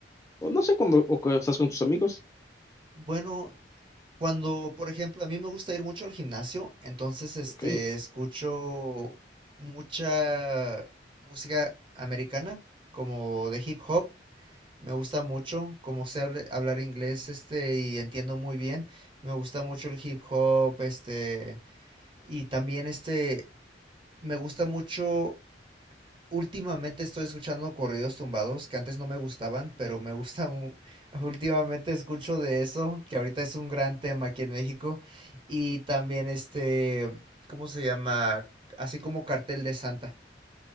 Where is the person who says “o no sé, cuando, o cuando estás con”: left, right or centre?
Left